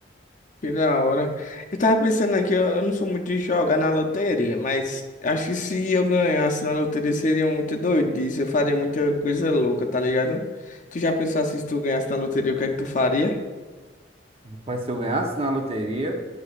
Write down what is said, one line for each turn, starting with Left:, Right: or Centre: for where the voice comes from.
Left: Que da hora. Eu tava pensando aqui, eu, eu não sou muito de jogar na loteria, mas acho que se eu ganhasse na loteria seria muita doidice, eu faria muita coisa louca, tá ligado? Tu já pensou assim, se tu ganhasse na loteria, o que é que tu faria?
Right: Rapaz, se eu ganhasse na loteria.